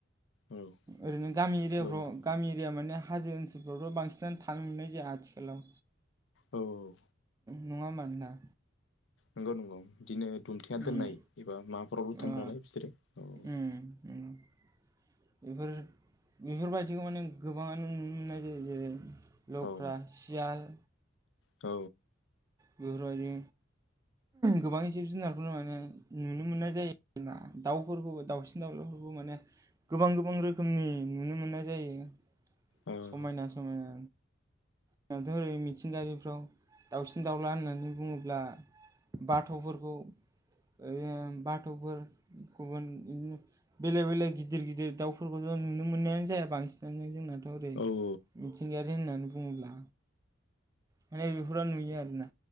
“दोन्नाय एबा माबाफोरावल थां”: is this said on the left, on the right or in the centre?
Left